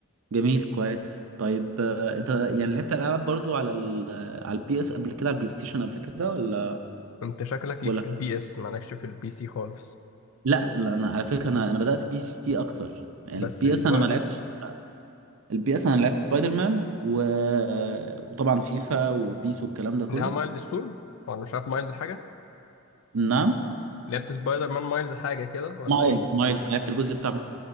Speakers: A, on the right; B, on the left.
A: جميل كويس طيب آه، انت يعني لعبت العاب برضو على ال على البي اس قبل كده على البلاي ستيشن قبل كده ولا
B: انت شكلك
A: ولا
B: ليك في البي اس مالكش في البي سي خالص
A: لا لا انا على فكره انا انا بدات بي سي اكتر يعني البي
B: بس دلوقتي
A: اس انا ما لعبتش البي اس انا لعبت سبايدر مان و... وطبعا فيفا وبيس والكلام ده كله
B: لها مايلز ستون ولا مش عارف مايلز حاجة
A: نعم
B: لعبت سبايدر مان مايلز حاجة كده ولا
A: مايلز مايلز لعبت الجزء بتاع